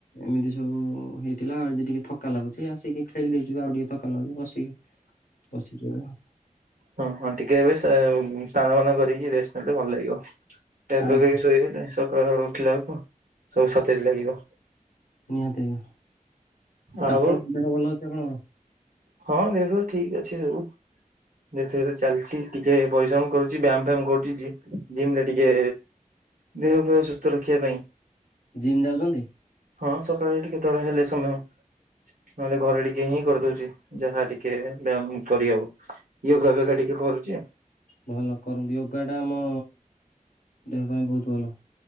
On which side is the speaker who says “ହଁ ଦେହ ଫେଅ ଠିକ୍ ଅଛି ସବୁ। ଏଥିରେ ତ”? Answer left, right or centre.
Right